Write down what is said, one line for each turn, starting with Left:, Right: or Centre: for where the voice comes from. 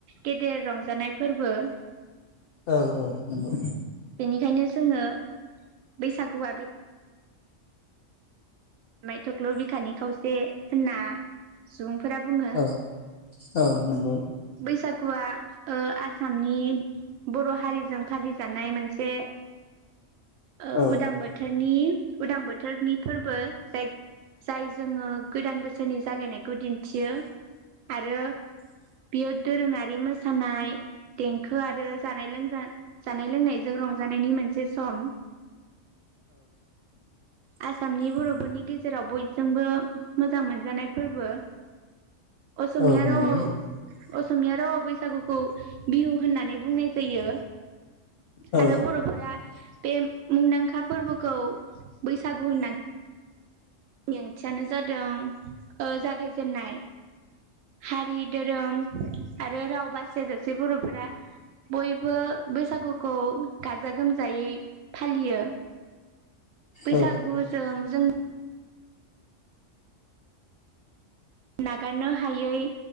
Right: गेदेर रंजानाय फोरबो <inaudible>
Left: औ औ नंगौ
Right: बेखायनो जोङो बैसागुआ बे आमाइ थख्ल' बिखानि खावसे होनना फोरा बुङो
Left: औ औ नंगौ
Right: बैसाग गुवा ओ आसामनि बर' हारिजों फालिजानाय मोनसे ओ
Left: औ
Right: उदां बोथोरनि उदां बोथोरनि फोरबो जाय जाय जोङो गोदान बोसोरनि जागायनायखौ दिन्थियो आरो बियो दोरोङारि मोसानाय देंखो आरो जानाय लोंजा जानाय लोंनायजों रंजानायनि मोनसे सम आसामनि बर'फोरनि गेजेराव बयजोंबो मोजां मोनजानाय फोरबो असमिया
Left: औ नंगौ औ नंगौ
Right: रावाव असमिया रावाव बैसागुखौ बिहु होननानै बुंनाय जायो।
Left: औ
Right: आरो बर'फोरा बे मुंदांखा फोरबोखौ बैसागु होननानै ओंथियानो जादों ओ जागायजेनाय हारि, धोरोम आरो राव बासियाजासे बर'फोरा बयबो बैसागुखौ गाजा-गोमजायै फालियो बैसागुजों
Left: औ
Right: जों नागारनो हायै